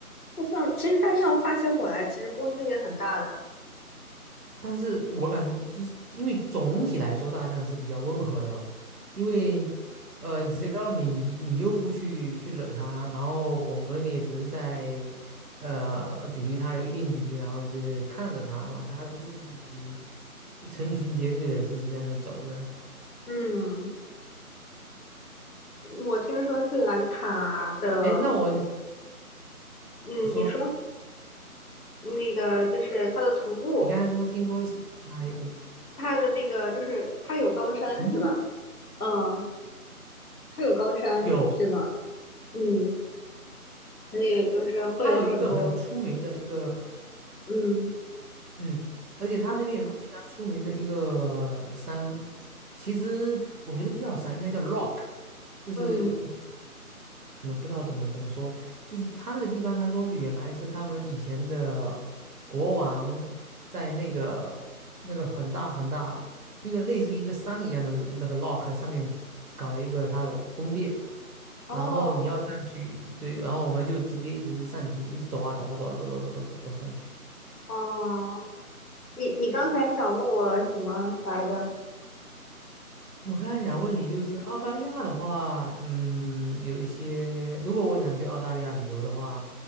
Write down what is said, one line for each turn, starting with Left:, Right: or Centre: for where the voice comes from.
Left: 大象其实大象发起火来，其实攻击力很大的。
Right: 但是我感觉就是因为总体来说大象是比较温和的嘛，因为呃，只要你你又不去去惹它，然后我们也只是在呃距离它有一定距离，然后就是看着它嘛，它自己成群结队的自己在那走着。
Left: 嗯，我听说斯里兰卡的，
Right: 哎，那我
Left: 嗯，
Right: 你说
Left: 你说那个就是它的徒步，
Right: 你刚才说听说的是它有
Left: 它的那个就是它有高山是吧？
Right: 徒步，
Left: 嗯，它有高山对吗？
Right: 有
Left: 嗯，所以就是会有很多，
Right: 它有一个很出名的一个。
Left: 嗯
Right: 嗯，而且他那边有个非常出名的一个山，其实我觉得不叫山，应该叫 rock，就是
Left: 嗯，
Right: 怎么不知道怎么怎么说，就是他那个地方，他说是原来是他们以前的国王在那个那个很大很大，就像类似于一个山一样的那个 rock 上面搞了一个他的宫殿，
Left: 哦
Right: 然后你要上去，对，然后我们就直接一直上去，一直走啊走啊走啊走走走走走走上去，
Left: 哦，你你刚才想问我什么来着？
Right: 对我刚才想问你，就是澳大利亚的话，嗯，有一些，如果我想去澳大利亚旅游的话，